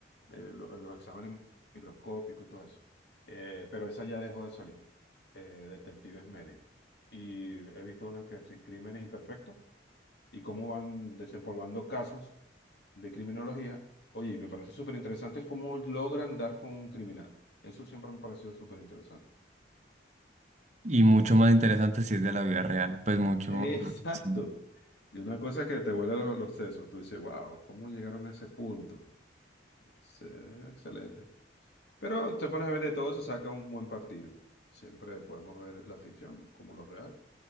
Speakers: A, on the left; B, on the right.
A: eh, lo- los exámenes microscópicos y todo eso. Eh, pero esa ya dejó de salir, eh, Detectives Médicos. Y he visto una que es Crímenes Imperfectos y cómo van desempolvando casos de criminología. Oye, y me parece súper interesante cómo logran dar con un criminal. Eso siempre me ha parecido súper interesante.
B: y mucho más interesante si es de la vida real, pues mucho
A: Exacto.
B: más. sí.
A: Y una cosa que te vuela los, los sesos, tú dices, wow, ¿cómo llegaron a ese punto? Ex- Excelente. Pero te pones a ver de todo, se saca un buen partido. Siempre podemos ver la ficción como lo real,